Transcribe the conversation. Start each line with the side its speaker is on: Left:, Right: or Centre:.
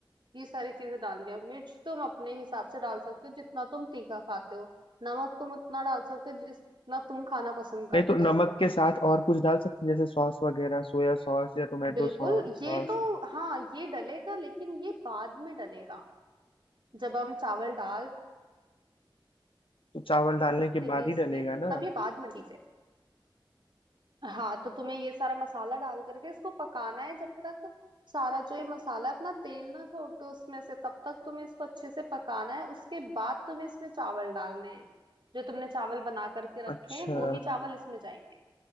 Right: ये सारी चीजें डालनी है मिर्च तुम अपने हिसाब से डाल सकते हो जितना तुम तीखा खाते हो नमक तुम उतना डाल सकते हो जितना तुम खाना पसंद करते
Left: नहीं तो नमक
Right: हो
Left: के साथ और कुछ डाल सकते हैं जैसे सॉस वगैरह सोया सॉस या टोमेटो
Right: बिल्कुल
Left: सॉस
Right: ये तो हाँ ये डलेगा लेकिन ये बाद में डलेगा जब हम चावल डाल
Left: तो चावल डालने के
Right: देंगे
Left: बाद ही
Right: इसमें
Left: डलेगा ना
Right: तब ये बाद में चीज है हाँ तो तुम्हें ये सारा मसाला डाल करके इसको पकाना है जब तक सारा जो ये मसाला अपना तेल ना छोड़ दे उसमें से तब तक तुम्हें इसको अच्छे से पकाना है उसके बाद तुम्हें इसमें चावल डालने हैं जो तुमने चावल बना करके रखे
Left: अच्छा
Right: हैं वो ही चावल इसमें जाएंगे